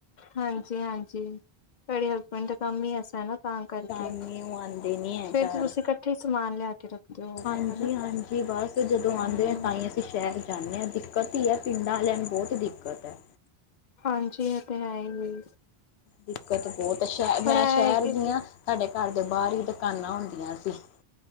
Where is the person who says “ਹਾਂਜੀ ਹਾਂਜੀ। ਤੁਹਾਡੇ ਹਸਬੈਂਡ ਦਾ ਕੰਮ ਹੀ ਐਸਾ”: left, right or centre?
Left